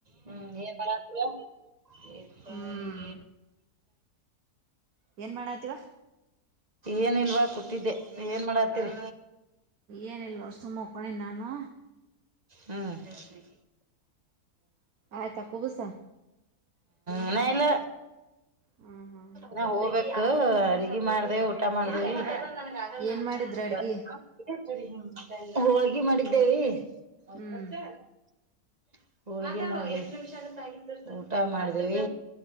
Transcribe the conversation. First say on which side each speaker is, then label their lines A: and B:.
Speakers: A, on the right; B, on the right.
A: ಹ್ಮ್ ಏನ್ ಮಾಡತಿ. <inaudible>
B: ಹ್ಮ್ ಏನ್ ಮಾಡಾತೀವಾ.
A: ಏನಿಲ್ವಾ ಕೂತಿದ್ದೆ ಏನ್ ಮಾಡತ್ತೀರಿ.
B: ಏನಿಲ್ಲ ನೋಡ ಸುಮ್ಮ ಮಕ್ಕೊಂಡೇನ ನಾನು.
A: ಹ್ಮ್. <unintelligible>
B: ಆಯ್ತಾ ಕುಬುಸ
A: ಇನ್ ಇಲ್ಲ.
B: ಹ್ಮ್ ಹ್ಮ್ ಹ್ಮ್
A: ನಾ ಹೋಗ್ಬೇಕು ಅಗಿ ಮಾಡ್ದೇ ಊಟ ಮಾಡ್ದೇವಿ. <unintelligible>
B: ಏನ್ ಮಾಡಿದ್ರ ಅಡ್ಗಿ
A: ಹೊಳ್ಗಿ ಮಾಡಿದ್ದೇವಿ. <unintelligible>
B: ಹ್ಮ್
A: ಹ ಊಟ ಮಾಡ್ದೇವೆ